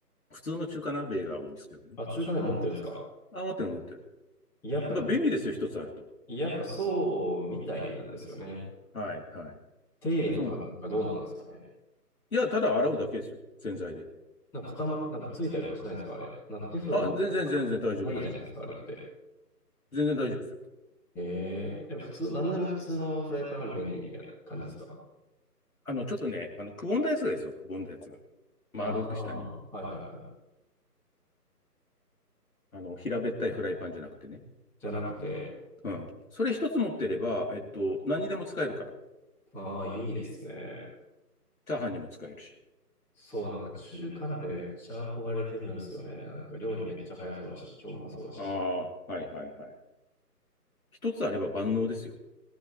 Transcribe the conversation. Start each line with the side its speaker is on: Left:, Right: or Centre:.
Left: 普通の中華鍋が多いですけどね。
Centre: あ、中華鍋持ってるんですか
Left: あ、持ってる、持ってる。
Centre: やっぱ、
Left: まあ、便利ですよ。一つあると。
Centre: やっぱそうみたいなんですよね。
Left: はい、はい。
Centre: 手入れとかなんかどうなんですかね。
Left: そうなんだ。いや、ただ洗うだけですよ。洗剤で。
Centre: なんか固ま、なんかついたりとかしないんですかあれ。なんかテフロンとかなんかないじゃないですかあれって。
Left: あ、全然、全然大丈夫、大丈夫。全然大丈夫ですよ。
Centre: ええ、でも普通、なんなら普通のフライパンより便利みたいな感じですか
Left: あの、ちょっとね、あの、くぼんだやつがですよ、くぼんだやつが。丸く下に。
Centre: ああ、はいはいはい。
Left: あの、平べったいフライパンじゃなくてね。
Centre: じゃなくて、
Left: うん。それ一つ持ってれば、えっと、何にでも使えるから。
Centre: ああ、いいですね。
Left: チャーハンにも使えるし。
Centre: そう、なんか中華鍋めっちゃ憧れてるんですよね。なんか料理めっちゃ早そうだし、超うまそうだし。
Left: ああ、はいはいはい。一つあれば万能ですよ。